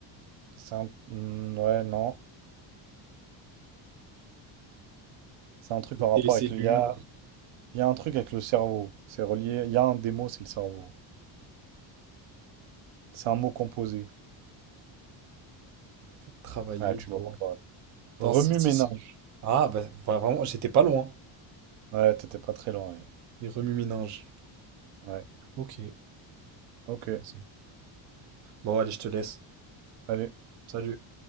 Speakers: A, on the right; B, on the right.
A: C'est un. Hmm, ouais, non. C'est un truc
B: Écouter
A: en rapport
B: les cellules.
A: avec l'IA. Il y a un truc avec le cerveau. C'est relié. Il y a un des mots, c'est le cerveau. C'est un mot composé.
B: Faites travailler
A: Ouais, tu vois
B: vos...
A: pas.
B: Attends,
A: Remue-ménage.
B: si, si, si. Ah, bah vraiment, j'étais pas loin.
A: Ouais, t'étais pas très loin. Ouais.
B: Les remue-ménages.
A: Ouais.
B: Ok,
A: Ok.
B: intéressant. Bon, allez, je te laisse.
A: Allez.
B: Salut.